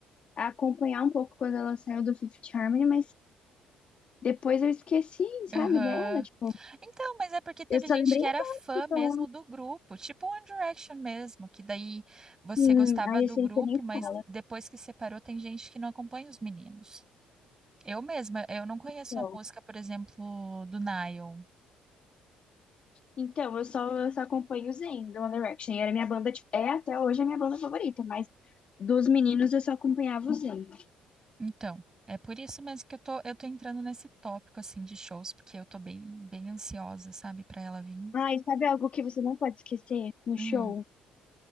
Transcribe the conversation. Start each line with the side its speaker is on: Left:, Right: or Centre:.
Left: a acompanhar um pouco quando ela saiu do Fifth Harmony, mas depois eu esqueci,
Right: Aham.
Left: sabe, dela, tipo,
Right: Então, mas é porque teve
Left: eu só
Right: gente
Left: lembrei
Right: que
Left: agora,
Right: era fã
Left: então,
Right: mesmo do grupo, tipo One Direction mesmo, que daí você
Left: assim,
Right: gostava
Left: a
Right: do
Left: essência
Right: grupo,
Left: nem
Right: mas
Left: fala,
Right: depois que separou tem gente que não acompanha os meninos. Eu mesma, eu não conheço
Left: só.
Right: a música, por exemplo, do Nile.
Left: Então, eu só, eu só acompanho o Zayn, do One Direction, e era minha banda, tipo, é até hoje a minha banda favorita, mas dos meninos eu só acompanhava o Zayn.
Right: Então, é por isso mesmo que eu tô, eu tô entrando nesse tópico assim de shows, porque eu tô bem, bem ansiosa, sabe, pra ela vir.
Left: Ai, sabe algo que você não pode esquecer no
Right: Hum,
Left: show?